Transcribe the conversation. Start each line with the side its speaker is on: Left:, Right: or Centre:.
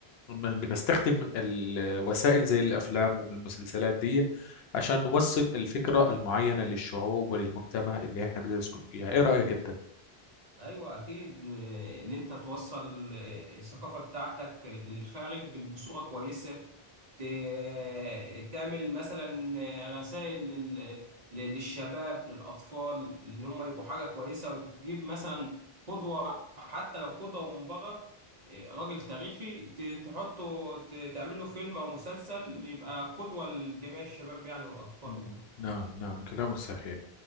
Left: بنستخدم الوسائل زي الأفلام والمسلسلات دي عشان نوصل الفكرة المعينة للشعوب وللمجتمع اللي احنا بنسكن فيها ايه رأيك انت؟
Right: ايوه اكيد آه، ان انت توصل آه، الثقافه بتاعتك للخارج بصوره كويسه ت- تعمل مثلا آه، رسائل لل- ل- للشباب للاطفال اللي هم يبقوا حاجه كويسه وتجيب مثلا قدوه حتى لو قدوه من بره آه، راجل تاريخي ت- تحطه ت- تعمل له فيلم او مسلسل يبقى قدوه لجميع الشباب يعني والاطفال
Left: مم.
Right: و-
Left: نعم نعم كلامه صحيح